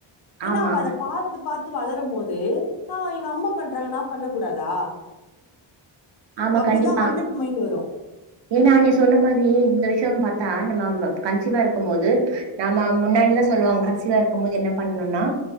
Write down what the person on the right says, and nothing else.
ஆமா
ஆமா
கண்டிப்பா
ஏன்னா நீ சொன்ன மாதிரி இந்த விஷ்யோ பாத்தா நம்ம கன்சிவா இருக்கும் போது நம்ம முன்னாடிலா சொல்லுவாங்க கன்சிவா இருக்கும் போது என்ன பண்ணனுனா